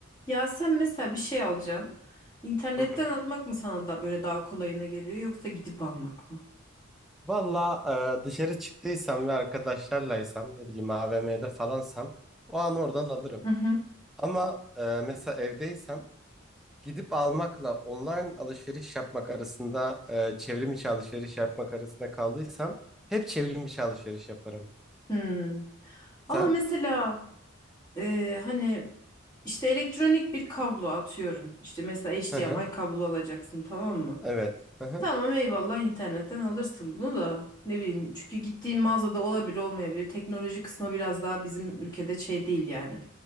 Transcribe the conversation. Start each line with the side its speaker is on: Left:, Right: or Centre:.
Left: Ya sen mesela bir şey alacaksın. İnternetten
Centre: Hı hı.
Left: almak mı sana da böyle daha kolayına geliyor yoksa gidip almak mı?
Centre: Valla e, dışarı çıktıysam ve arkadaşlarlaysam ne bileyim AVM'de falansam o an oradan alırım.
Left: Hı hı.
Centre: Ama e, mesela evdeysem gidip almakla online alışveriş yapmak arasında e, çevrim içi alışveriş yapmak arasında kaldıysam hep çevrim içi alışveriş yaparım.
Left: Hmm.
Centre: Sen?
Left: Ama mesela e, hani işte elektronik bir kablo atıyorum. İşte mesela HDMI
Centre: Hı hı.
Left: kablo alacaksın tamam mı?
Centre: Evet. Hı hı.
Left: Tamam eyvallah internetten alırsın bunu da ne bileyim çünkü gittiğin mağazada olabilir olmayabilir. Teknoloji kısmı biraz daha bizim ülkede şey değil yani.